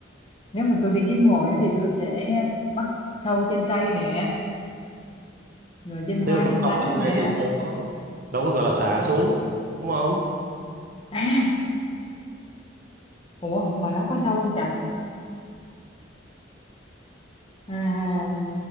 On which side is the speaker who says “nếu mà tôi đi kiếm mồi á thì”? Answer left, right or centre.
Left